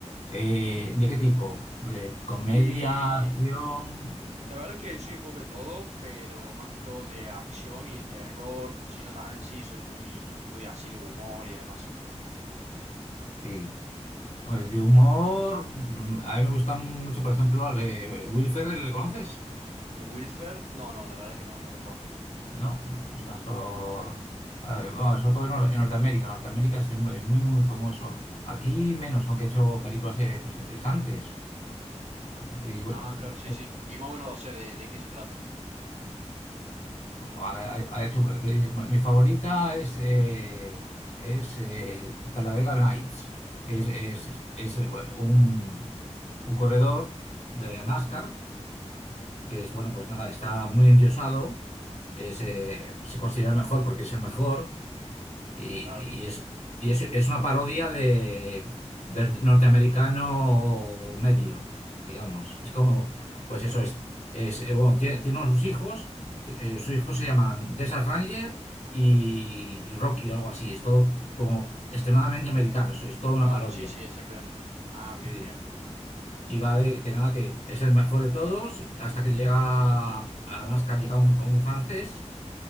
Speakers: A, on the left; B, on the right.
A: Eh, ¿de qué tipo? ¿De comedia,
B: Y
A: acción?
B: la verdad que soy un poco de todo, pero más que todo de acción y de terror, sino también sí, soy muy, muy así de humor y demás.
A: Sí. Hombre, de humor. mm, A mí me gusta mucho, por ejemplo, al de Will Ferrell, ¿le conoces?
B: ¿Wilfer? No, no, la verdad que no, no lo conozco.
A: No, es un actor. a ver, bueno, sobre todo en, Nor- en Norteamérica. Norteamérica es muy, muy, muy famoso. Aquí menos, aunque he hecho películas eh, pues, interesantes. Vale, Y bueno,
B: Ah, claro, sí, sí. Y más o menos, o sea, de, de qué se trata.
A: por favor, ha, ha- ha hecho, mi favorita es, eh, es eh, Talladega Nights, que es, es, es, eh, bueno, un, un corredor de NASCAR, que es, bueno, pues nada, está muy endiosado, eh, se, se considera el mejor porque es el mejor, Y,
B: Claro.
A: y es, y es, es una parodia de, del norteamericano medio, digamos. Es como, pues eso es. es eh, bueno, tiene, tiene unos hijos, que, eh, sus hijos se llaman Texas Ranger y, y Rocky o algo así. Es todo como extremadamente americano, es, es toda una
B: Claro,
A: parodia.
B: sí, sí, exactamente. Ah, bien,
A: Sí.
B: bien.
A: Y va de que nada, que es el mejor de todos, hasta que llega a NASCAR, llega un a un francés